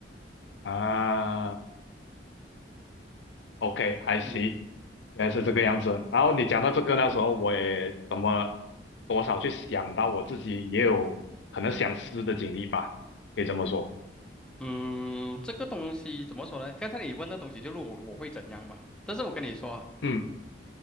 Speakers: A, on the left; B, in the centre.
A: 啊。OK，I see，
B: 嗯
A: 原来是这个样子。然后你讲到这个，那时候我也怎么多少去想到我自己也有可能想似的经历吧，可以这么说。
B: 嗯，这个东西怎么说呢？刚才你问的东西就是我我会怎样嘛？但是我跟你说，
A: 嗯